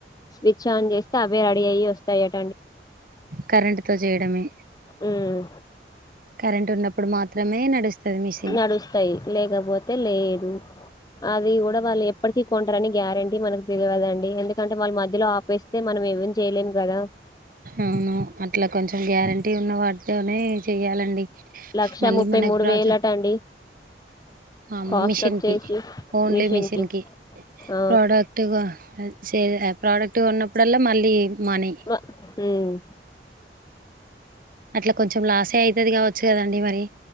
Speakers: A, on the left; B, on the right.
A: స్విచ్ ఆన్ చేస్తే అవ్ వే అడి అయి వస్తాయి అట్
B: కరెంటుతో చేయడమే
A: ఉమ్
B: కరెంట్ ఉన్నప్పుడు మాత్రమే నడుస్తది మిషిన్
A: నడుస్తాయి లేకపోతే లేదు అది ఊడవాలి ఎప్ప టికీ కొంటరని గ్యారంటీ మనకు తెలియదండి ఎందుకంటే వాళ్ళ మధ్యలో ఆపేస్తే మనం ఏం చేయలేం కదా
B: అవును అట్లా కొంచెం గ్యారంటీ ఉన్న వాటితోనే చెయాలండి
A: లక్ష
B: మళ్ళీ
A: ముప్పై
B: మనకి
A: మూడు
B: ప్రాజక్
A: వేలట అండి
B: అ మా అమ్మ
A: కాస్ట్
B: మిషన్కి
A: వచ్చేసి
B: ఓన్లీ
A: మిషన్
B: మిషన్కి
A: కి ఆ
B: ప్రోడక్ట్, కో చే ప్రొడక్ట్ కొన్నప్పుడల్లా మళ్ళీ మనీ
A: మ- ఉమ్
B: అట్ల కొంచెం లాసే అయి తది కావచ్చు కదండి మరి